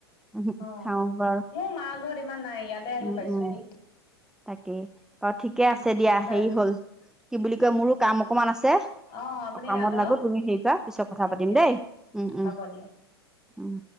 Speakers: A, in the centre; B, on the left (about 40°).
A: আৰু
B: অ
A: খাওঁ বাৰু
B: মোৰ মা ঘৰত ইমান নাই ইয়াতে আহি
A: উম
B: পাইছোহি।
A: উম তাকেই অ ঠিকে
B: উম
A: আছে দিয়া
B: বাৰু
A: হেৰি হল কি বুলি কয় মোৰো কাম। অকমান আছে।
B: অ আপুনি
A: কামত
B: ৰান্ধক
A: নাকো তুমি হেৰি কৰা পিছত কথা পাতিম
B: দিয়ক
A: দেই উম, উম,
B: হ'ব দিয়ক
A: উম।